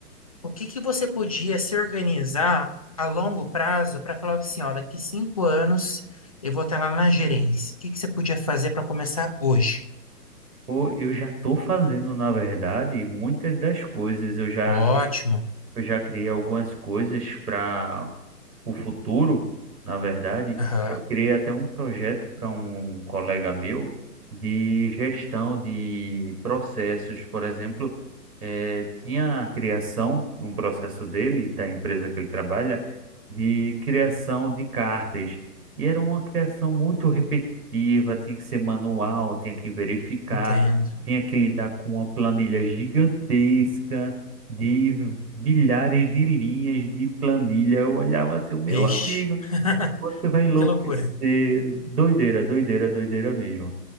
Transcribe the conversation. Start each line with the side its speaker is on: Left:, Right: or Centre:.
Left: o que que você podia se organizar a longo prazo para falar assim, ó, daqui cinco anos eu vou estar lá na gerência. O que que você podia fazer para começar hoje?
Right: Pô, eu já estou fazendo, na verdade, muitas das coisas. Eu já
Left: Ótimo.
Right: Eu já criei algumas coisas para o futuro, na verdade.
Left: Aham,
Right: Eu criei até um projeto para um colega meu de gestão de processos. Por exemplo, eh, tinha a criação, um processo dele, da empresa que ele trabalha, de criação de cartas. E era uma criação muito repetitiva, tinha que ser manual, tinha que verificar,
Left: entendo.
Right: tinha que lidar com uma planilha gigantesca de milhares de linhas de planilha. Eu olhava assim, meu
Left: Vixe,
Right: amigo,
Left: <laughs>
Right: você vai enlouquecer.
Left: que loucura.
Right: Doideira, doideira, doideira mesmo.